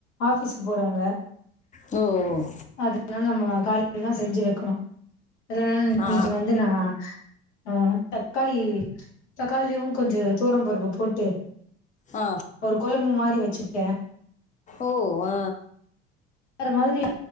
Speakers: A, on the left; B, on the left.
A: ஆஃபிஸ்க்கு போறவங்க
B: ஓ
A: அதனால நம்ம காலைலதா செஞ்சு வைக்கணு அதனால இன்னைக்கு
B: ஆ
A: வந்து நா ஆ தக்காளி தக்காளியு கொஞ்சோ தோரம்பருப்பு போட்டு
B: ஆ
A: ஒரு கொழம்பு மாரி வச்சுட்டே
B: ஓ ஆ
A: வேற மாதிரி